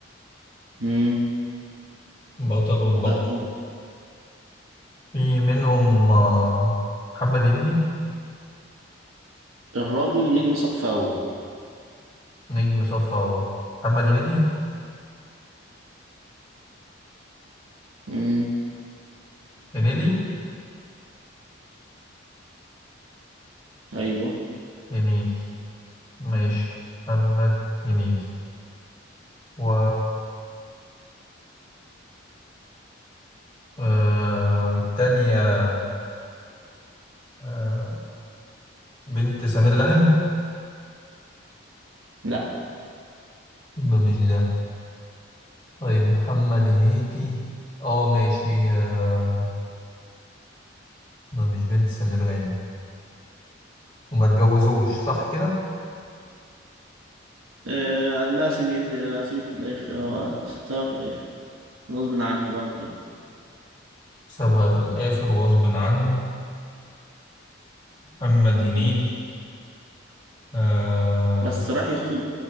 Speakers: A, on the right (about 90°); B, on the left (about 25°).
A: مم.
B: بطل والبطل
A: وكان كوميدي
B: في منهم آه محمد هنيدي
A: الراجل نجم صف اول
B: نجم صف أول محمد هنيدي
A: مم.
B: هنيدي
A: ايوه
B: هنيدي ماشي محمد هنيدي و آه والتانية آه بنت سمير غانم
A: لا
B: ده مش ده طيب محمد هنيدي اه ماشي آه ما مش بنت سمير غانم وما اتجوزوش صح كده
A: آه، قال لها سيبي سيبك في الاخر آه، سيبها في الاخر غصب عنه بقى وكده
B: سابها في الآخر وغصب عنه محمد هنيدي
A: مم.
B: آه
A: بس راح يخطب